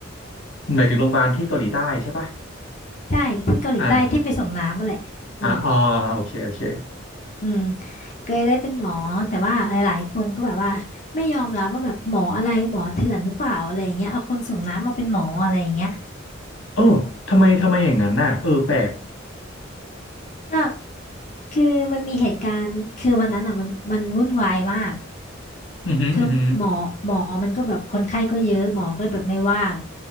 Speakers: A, on the left; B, on the left.
A: หมายถึงโรงพยาบาลที่เกาหลีใต้ใช่ปะ
B: ใช่ที่เกาหลีใต้ที่ไปส่งน้ำนั่นแหละอืม
A: อ่าอ่าอ๋อโอเคโอเค
B: อืมเคยได้เป็นหมอแต่ว่าหลายๆคนก็แบบว่าไม่ยอมรับว่าแบบหมออะไรหมอเถื่อนหรือเปล่าอะไรอย่างเงี้ยเอาคนส่งน้ำมาเป็นหมออะไรอย่างเงี้ย
A: โอ้ทำไมทำไมอย่างนั้นน่ะเออแปลก
B: ก็คือมันมีเหตุการณ์คือวันนั้นอ่ะมันมันวุ่นวายมาก
A: อือหืออือหือ
B: คือหมอหมอมันก็แบบคนไข้ก็เยอะหมอก็แบบไม่ว่าง